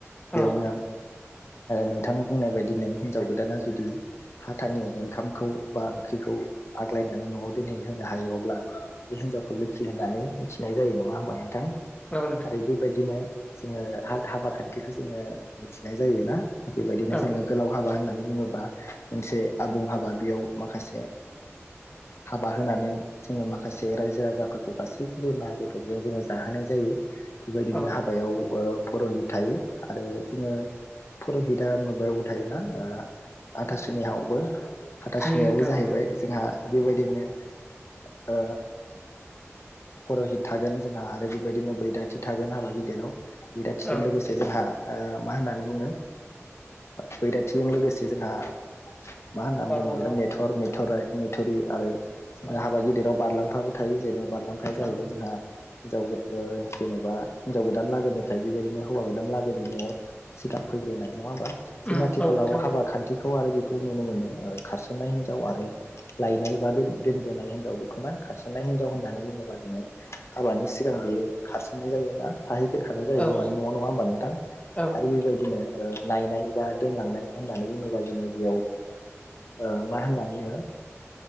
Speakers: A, on the left (about 60°); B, on the left (about 25°).
A: बेयावनो
B: औ
A: नोंथाङा बुंनाय बायदिनो हिनजाव गोदाना जुदि हाथानि ओंखामखौ बा ओंख्रिखौ आग्लायनानै न'आव दोनहै होनो हायो अब्ला बे हिनजावखौ लोखि होननानै मिथिनाय जायो नङा होमबा नोंथां
B: औ नोंथां
A: आरो बेबायदिनो जोङो हाबा खान्थिखौ जोङो मिथिनाय जायोना बेबायदिनो
B: औ
A: जोङो गोलाव हाबा होननानै बुङोबा मोनसे आबुं हाबा बेयाव माखासे हाबा होनानै जोङो माखासे रायजो राजाफोरखौ गासैखौबो ना बेदरजों जोङो जाहोनाय जायो बेबायदिनो
B: औ
A: हाबायाव परहित थायो आरो जोङो पुरहितआ माबायावबो थायोना ओ हाथासुनियावबो हाथासुनियावबो
B: थायो नोंथां
A: जाहैबाय
B: औ
A: जोंहा बेबायदिनो ओ पुर'हित थागोन जोंहा आरो बेबायदिनो बैराथि थागोन हाबा गिदिराव बिराथिजों
B: औ
A: लोगोसे जोंहा ओ मा होननानै बुङो बैराथिजों लोगोसे जोंहा मा होनना
B: बारलाम्फा
A: बुङोमोनलाय मेथर मेथराइ मेथुरि आरो जोङो
B: औ
A: हाबा गिदिराव बारलांफाबो थायो जेनबा बारलामफाया जाहैबाय
B: औ
A: जोंहा हिनजाव जेनबा हिनजाव गोदान लागोनिफ्राय बेबायदिनो हौवा गोदान लागोनि न'आव सिगां फैग्रोनाय नङा होमबा जों
B: उम
A: आथिखालाव
B: औ नोंथां
A: हाबा
B: औ
A: खान्थिखौ आरो बेखौ नुनो मोनो खारसननाय हिनजाव आरो लायनाय बा दोन‌ दोन बोनाय हिनजाव बेखौना खारसननाय हिनजाव होननानै बुङोबा जोङो हाबानि सिगां बियो खारसननाय जायोना थाहैग्रोखानाय जायो
B: औ
A: हौवानि न'आव नङा होमबा नोंथां?
B: औ
A: आरो बेबायदिनो नायनाय बा दोनलांनाय होननानै बुङोबा जोङो बेयाव ओ मा होननानै बुङो